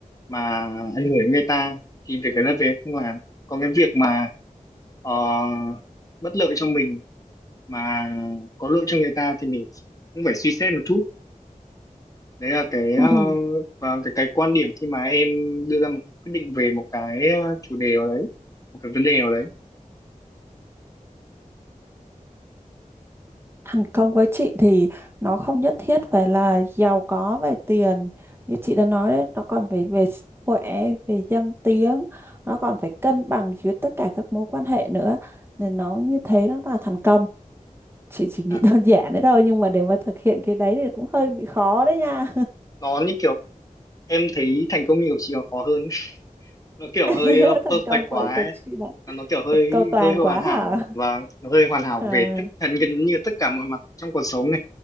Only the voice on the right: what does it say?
Ừ.
Thành công với chị thì nó không nhất thiết phải là giàu có về tiền như chị đã nói đấy nó còn phải về sức khỏe về danh tiếng nó còn phải cân bằng giữa tất cả các mối quan hệ nữa nên nó như thế nó là thành công chị chỉ nghĩ
<laughs> đơn giản đấy thôi nhưng mà để mà thực hiện cái đấy thì cũng hơi bị khó đấy nha
<laughs>
thành
công của
của
chị là
<laughs> cầu toàn
quá
hả
à,